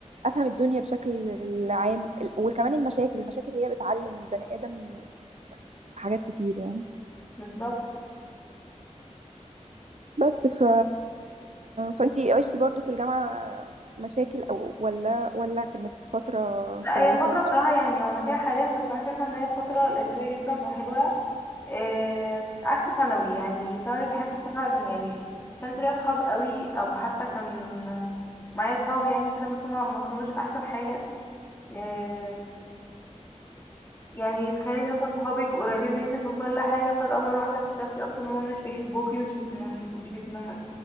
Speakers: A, on the right (about 65°); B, on the left (about 20°).
A: افهم الدنيا بشكل عام ال- وكمان المشاكل المشاكل هي بتعلم البني ادم حاجات كتير يعني
B: <laughs> بالظبط
A: بس ف فانتي عشتي برضو في الجامعه مشاكل او ولا ولا كانت فتره
B: لا
A: كويسه
B: هي فترة بصراحة يعني وانا فيها حاليا بس انا شايفة ان هي فترة لذيذة جدا وحلوة إيه عكس ثانوي يعني ثانوي بحس بصراحة إن يعني ما كانش ليا اصحاب قوي او حتى كان معايا اصحاب يعني كده بس هما ما كانوش احسن حاجة آه، يعني اتخانقتي اصلا صحابك قريبين منك وكل حاجه فجاه مره واحده اكتشفتي اصلا ان هم مش بيحبوكي مش بيتمنوا مش بيتمنوا